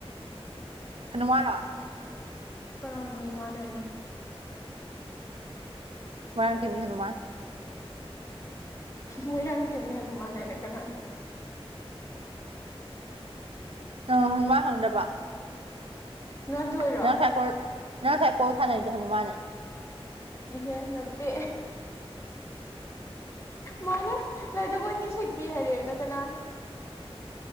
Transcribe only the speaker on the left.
ꯀꯅꯥꯅꯣ ꯍꯅꯨꯃꯥꯟ ꯍꯥꯏꯅ
ꯃꯣꯏꯔꯥꯡꯊꯦꯝꯒꯤ ꯍꯅꯨꯃꯥꯟ ꯍꯥꯏꯅ ꯀꯅꯥ
ꯉꯟꯊꯣꯏ
ꯏꯍꯦ ꯅꯠꯇꯦ ꯃꯣꯏꯅ ꯂꯥꯏꯗꯒꯣꯟꯅꯤ ꯁꯛꯄꯤ ꯍꯥꯏꯔꯦꯕꯅ ꯀꯅꯥ